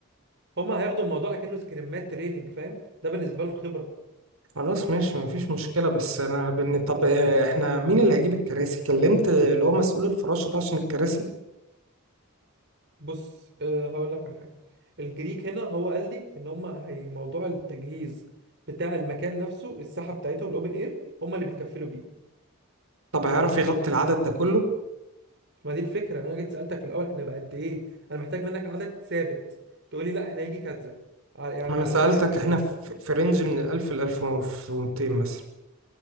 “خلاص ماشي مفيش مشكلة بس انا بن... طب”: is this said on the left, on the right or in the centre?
Right